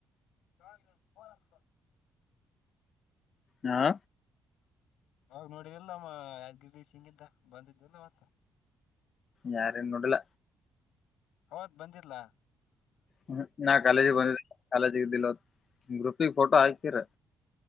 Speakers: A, on the left (about 90°); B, on the left (about 45°).
A: ಹಾಗಿ ಹ
B: ಹಾ
A: ಅವಾಗ ನೋಡಿದ್ದಲ್ಲಮ್ಮ ಯದ್ಗಿಬೀ ಸಿಂಗ ಇದ್ದ ಬಂದಿದ್ದೆಲ್ಲ ಮತ್ತ
B: ಯಾರೇನ ನೋಡಿಲ್ಲ
A: ಹವತ್ ಬಂದಿತ್ಲಾ
B: ಹ್ಮ ನಾ ಕಾಲೇಜಗ ಬಂದಿದ್ ಕಾಲೇಜ್ಗ್ ಇದ್ದಿಲ್ಲ ಅವತ್ ನಿ ಗ್ರೂಪಿಗೆ ಫೋಟೋ ಹಾಕಿರ